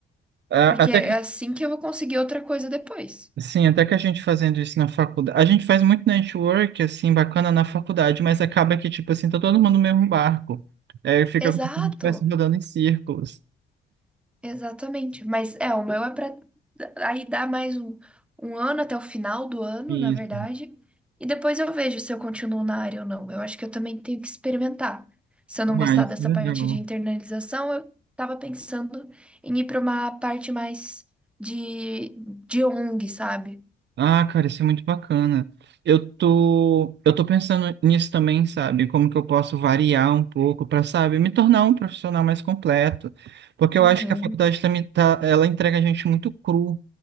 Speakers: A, on the right; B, in the centre.
A: A-
B: porque
A: Até
B: é
A: que,
B: assim que eu vou conseguir outra coisa depois.
A: sim, até que a gente fazendo isso na faculdade. A gente faz muito network, assim, bacana na faculdade, mas acaba que, tipo assim, tá todo mundo no mesmo barco. É, fica
B: Exato.
A: como se a gente estivesse rodando em círculos.
B: Exatamente. Mas é, o meu é para aí dar mais um, um ano até o final do ano,
A: Isso.
B: na verdade. E depois eu vejo se eu continuo na área ou não. Eu acho que eu também tenho que experimentar. Se eu não gostar
A: Ah, isso
B: dessa
A: é
B: parte
A: legal.
B: de internalização, eu tava pensando em ir para uma parte mais de, de ONG, sabe?
A: Ah, cara, isso é muito bacana. Eu tô, eu tô pensando nisso também, sabe? Como que eu posso variar um pouco para, sabe, me tornar um profissional mais completo. Porque eu
B: Uhum,
A: acho que a faculdade também tá, ela entrega a gente muito cru,